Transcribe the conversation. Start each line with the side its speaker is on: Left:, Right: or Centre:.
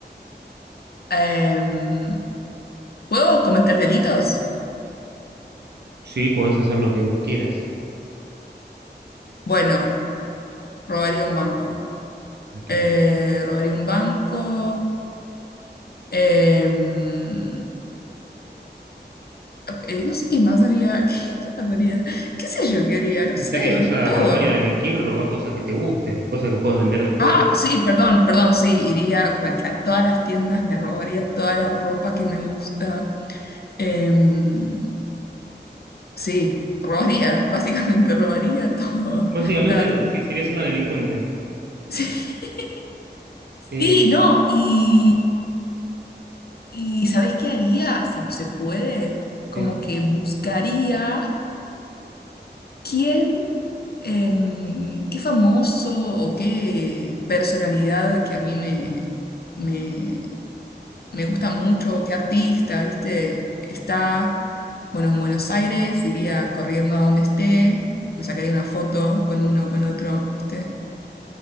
Left: em, ¿puedo cometer delitos?
Right: Sí, podés hacer lo que vos quieras.
Left: Bueno, robaría un banco.
Right: Ok.
Left: Eh, robaría un banco. em, eh, no sé qué más haría. <laughs> ¿Qué, qué más haría? ¿Qué sé yo qué haría? No
Right: Y
Left: sé,
Right: ya que vas a
Left: todo.
Right: robar y a delinquir, roba cosas que te gusten, cosas que puedas vender después.
Left: Ah, sí, perdón, perdón, sí, iría a, cual- a todas las tiendas, me robaría toda la ropa que me gusta. Em, sí, robaría, <laughs> básicamente robaría todo,
Right: Básicamente,
Left: <laughs> plata, ropa.
Right: sí, serías una delincuente.
Left: Sí, <laughs>
Right: Eh,
Left: sí, no, y, y ¿sabes qué haría? Si se puede,
Right: ¿qué?
Left: como que buscaría quién, em, qué famoso o qué personalidad que a mí me, me gusta mucho qué artista, ¿viste? Está, bueno, en Buenos Aires, iría corriendo a donde esté, me sacaría una foto con uno, con otro, ¿viste?